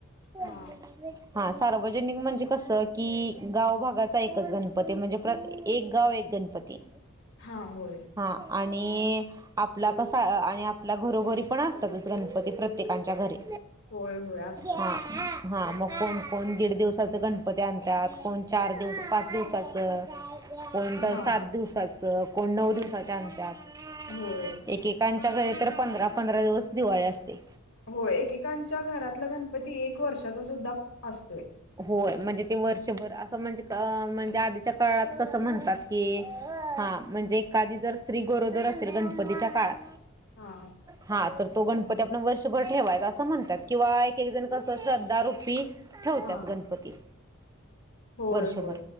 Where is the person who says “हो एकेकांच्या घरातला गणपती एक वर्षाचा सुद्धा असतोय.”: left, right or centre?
Left